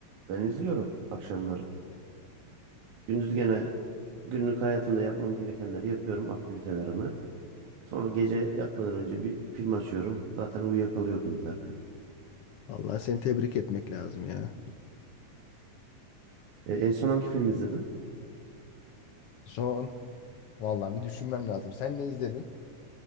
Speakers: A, on the right; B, on the left.
A: Ben izliyorum akşamları. Gündüz gene
B: Ya
A: günlük hayatımda yapmam gerekenleri yapıyorum, aktivitelerimi. Sonra gece yatmadan önce bir film açıyorum. Zaten uyuyakalıyorum izlerken.
B: vallahi seni tebrik etmek lazım ya.
A: E, en son hangi film izledin?
B: Son. Vallahi bir düşünmem lazım. Sen ne izledin?